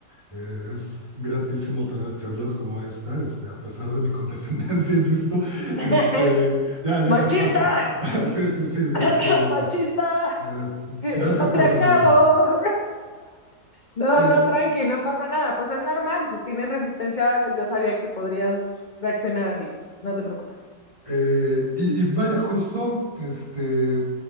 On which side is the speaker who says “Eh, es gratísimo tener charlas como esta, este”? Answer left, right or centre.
Right